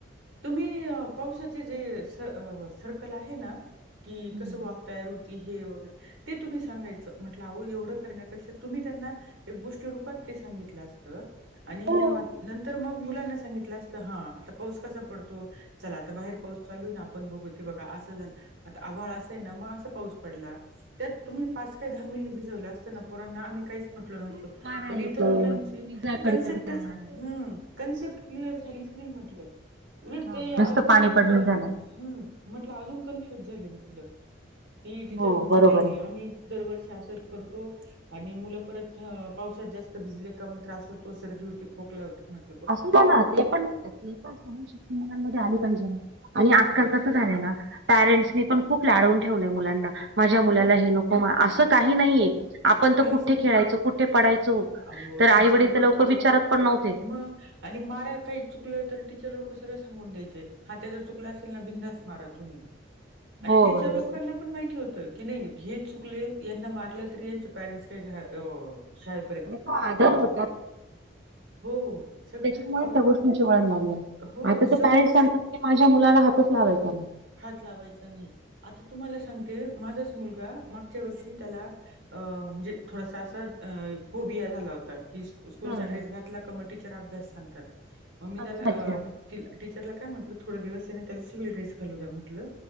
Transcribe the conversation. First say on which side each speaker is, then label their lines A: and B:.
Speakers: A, on the right; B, on the right.
A: तुम्ही पावसात. जी सर्कल आहे ना, की
B: हम्म.
A: कस वाफ तयार होती हे वगैरे ते तुम्ही सांगायचं म्हटलं आहो एवढं करण्यापेक्षा तुम्ही त्यांना एक गोष्टी रूपात ते सांगितलं असतं. आणि
B: हो
A: नंतर मग मुलांना सांगितलं असतं हा, आता पाऊस कसा पडतो. चला आता बाहेर पाऊस चालू आहे ना, आपण बघू ते बघा असं झालं आता आभळ मग असा पाऊस पडला त्यात तुम्ही पाच काय दहा मिनिट भिजवलं असताना, पोरांना आम्ही काहीच म्हटलो नसतो.
B: वारा
A: पण
B: येतो
A: इथं मुलांची
B: विजा कडकडतात
A: कन्सेप्टच ह कन्सेप्ट क्लिअर झालीच नाही म्हटलं. उलट
B: नुसतं
A: ते अजून कन्फ्युज
B: पाणी पडण
A: झाले,
B: झालंय
A: हम्म म्हटलं अजून कन्फ्युज झाले म्हटलं. ती टीचर
B: हो
A: म्हणते
B: बरोबर
A: नाही नाही
B: आहे.
A: आम्ही. दरवर्षी असच करतो आणि मुलं परत पावसात जास्त ते भिजले का मग त्रास होतो. सर्दी होते खोकला होतो मग
B: असू दे ना ते पण ती सहशक्ती मुलांमध्ये आली पाहिजे ना. आणि
A: तर
B: आजकाल
A: आता
B: कसं झालंय ना पेरेंट्स ने पण खूप लाडवून ठेवले मुलांना. माझ्या मुलाला
A: खूप खूप
B: हे नको, असं काही नाहीये‌. आपण
A: काहीच
B: तर कुठे
A: नाही
B: खेळायचं
A: ब-
B: कुठे पडायचं
A: अहो
B: तर आई
A: टीचर
B: वडील
A: लोक
B: तर लवकर विचारत पण नव्हते.
A: मग आणि मारा आहे काही चुकलं तर तिचे लोक सरळ सांगून द्यायचे हा त्याचं चुकलं तर बिनधास्त मारा तुम्ही, आणि
B: हो
A: टीचर
B: बरोबर
A: लोकांना
B: आहे
A: पण माहिती होतं, की नाही हे चुकले यांना मारलं तरी त्यांचे पेरेंट्स काय घरात अ शाळेत
B: <unintelligible> तेच
A: हो, सगळं
B: त्याच्यामुळे
A: अहो
B: त्या गोष्टींचं वळण लागलंय
A: हो
B: आता तर
A: सर
B: काय
A: लोक
B: सांगतात की नाही माझ्या मुलाला हातच लावायचा नाय.
A: हात लावायचा नाही आता तुम्हाला सांगते माझाच मुलगा मागच्या वर्षी त्याला अ म्हणजे थोडसं असं अ फोबिया झाला होता की स्कूलचा
B: हा
A: ड्रेस
B: हा.
A: घातला का म टीचर अभ्यास सांगतात मग मी त्याला
B: अच्छा.
A: अ
B: अच्छा
A: टी तिल टीचरला काय म्हटलं थोडे दिवस ह्याने त्याला सिबिल ड्रेस घालू द्या म्हटलं